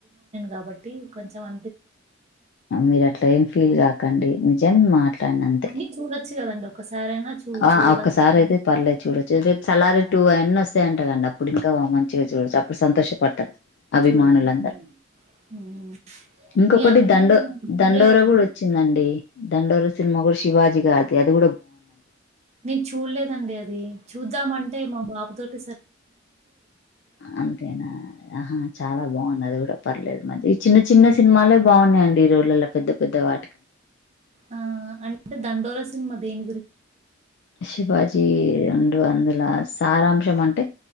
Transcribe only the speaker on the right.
కాబట్టి కొంచెం అనిపిస్తుందిండి నే
కానీ చూడొచ్చు కదండి ఒకసారైనా చూ
చూడదగ్గ
సినిమా,
చూడదగ్గ సినిమా. ఉమ్
మీ అభిమాన
హీరో
ఎవరండి?
నేను చూడలేదండి అది చూద్దామంటే మా బాబు తోటి సరిపోతున్నాను
ఆ అంటే దండోల సినిమా దేని గురించి అండి